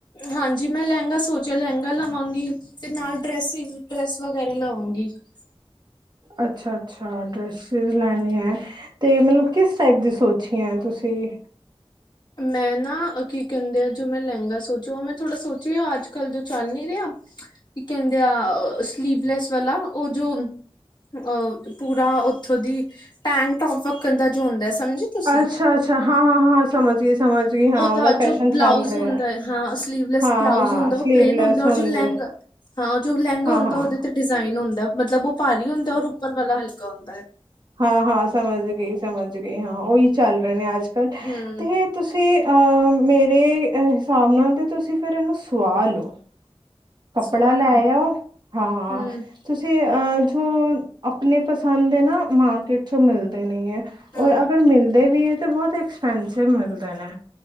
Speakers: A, on the left; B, on the right.
A: ਹਾਂਜੀ ਮੈਂ ਲਹਿੰਗਾ ਸੋਚਿਆ ਲਹਿੰਗਾ ਲਵਾਂਗੀ। ਤੇ ਨਾਲ ਡਰੈਸ ਡਰੈਸ ਵਗੈਰਾ ਲਵਾਂਗੀ। ਗੀ। <unintelligible>
B: ਅੱਛਾ-ਅੱਛਾ ਡਰੈਸਿਸ ਲੈਣੀ ਹੈ ਤੇ ਮਤਲਬ ਕਿਸ ਟਾਈਪ ਦੀ ਸੋਚੀਆ ਤੁਸੀਂ?
A: ਮੈਂ ਨਾ ਕੀ ਕਹਿੰਦੇ ਆ ਜੋ ਮੈਂ ਲਹਿੰਗਾ ਸੋਚਿਆ ਮੈਂ ਥੋੜਾ ਸੋਚਿਆ ਹੈ। ਅੱਜ ਕੱਲ ਜੋ ਚੱਲ ਨੀ ਰਿਹਾ ਕਿ ਕਹਿੰਦੇ ਆ ਸਲੀਵਲੈਸ ਵਾਲਾ ਉਹ ਜੋ। ਅਹ ਪੂਰਾ ਉੱਥੋਂ ਦੀ ਟੈਂਗ ਟੋਪ ਵੱਖਣ ਦਾ ਜੋ ਹੁੰਦਾ। ਸਮਝੇ ਤੁਸੀਂ
B: ਅੱਛਾ ਅੱਛਾ ਹਾਂ ਹਾਂ ਹਾਂ ਸਮਝ ਗਈ। ਸਮਝ ਗਈ ਹਾਂ
A: ਉਹ
B: ਉਹਦਾ
A: ਤਾਂ ਜੋ
B: ਫੈਸ਼ਨ
A: ਬਲਾਊਜ
B: ਚੱਲ ਰਿਹਾ।
A: ਹੁੰਦਾਏ ਹਾਂ। ਸਲੀਵਲੈਸ
B: ਹਾਂ-ਹਾਂ
A: ਬਲਾਊਜ਼ ਹੁੰਦਾ
B: ਸਲੀਵਲੈਸ
A: ਉਹ ਪਲੇਨ ਹੁੰਦਾ ਔਰ
B: ਹੁੰਦੇ
A: ਜੌ ਲਹਿੰਗਾ। ਹਾਂ ਜੋ ਲਹਿੰਗਾ
B: ਹਾਂ-ਹਾਂ
A: ਹੁੰਦਾ ਹਾਂ। ਉਹਦੇ ਤੇ ਡਿਜ਼ਾਇਨ ਹੁੰਦਾ ਮਤਲਬ ਉਹ ਭਾਰੀ ਹੁੰਦਾ ਔਰ ਉੱਪਰ ਵਾਲਾ ਹਲਕਾ ਹੁੰਦਾ ਹੈ।
B: ਹਾਂ ਹਾਂ ਸਮਝ ਗਈ ਸਮਝ ਗਈ ਹਾਂ। ਉਹੀ ਚੱਲ ਰਹੇ ਨੇ ਅੱਜ ਕੱਲ੍ਹ
A: ਹੂੰ
B: ਤੇ ਤੁਸੀਂ? ਅਹ ਮੇਰੇ ਹਿਸਾਬ ਨਾਲ ਤੇ ਤੁਸੀਂ ਫਿਰ ਇਹਨੂੰ ਸੁਵਾ ਲਓ? ਕੱਪੜਾ
A: ਸੁਆਲਾ
B: ਲੈ ਆੳ ਹਾਂ
A: ਹੂੰ
B: ਤੁਸੀਂ ਅਹ। ਆਪਣੇ ਪਸੰਦ ਦੇ ਨਾ ਮਾਰਕੀਟ ਚੋਂ ਮਿਲਦੇ ਨਹੀਂ ਹੈ।
A: ਹੂੰ
B: ਔਰ ਅਗਰ ਮਿਲਦੇ ਵੀ ਹੈ ਤੇ ਬਹੁਤ ਐਕਸਪੈਂਸਿਵ ਮਿਲਦੇ ਨੇ।